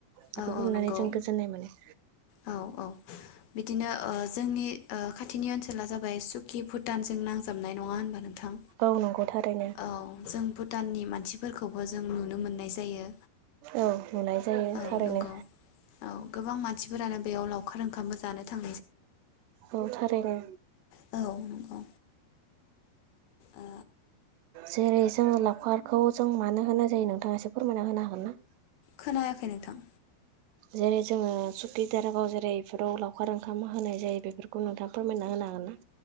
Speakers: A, on the right; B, on the left.
A: बेफोरखौ
B: औ औ
A: नुनानै
B: नंगौ
A: जों गोजोननाय मोनो।
B: औ औ बिदिनो ओ जोंनि ओ खाथिनि ओनसोला जाबाय सुकि भुटानजों नांजाबनाय नङा होनबा नोंथां
A: औ नंगौ थारैनो
B: औ जों भुटाननि मानसिफोरखौबो जों नुनो मोननाय जायो।
A: औ नुनाय जायो
B: औ
A: थारैनो
B: नंगौ औ गोबां मानसिफोरानो बेयाव लावखार ओंखामबो जानो थां
A: औ थारैनो।
B: औ नंगौ ओ
A: जेरै जोङो लावखारखौ जों मानो होन्नाय जायो नोंथाङा एसे फोरमायना होनो हागोन ना?
B: खोनायाखै नोंथां।
A: जेरै जोङो सुखि दारागाव जेरै बेफोराव लावखार ओंखाम होनाय जायो बेफोरखौ नोंथाङा फोरमायना होनो हागोन ना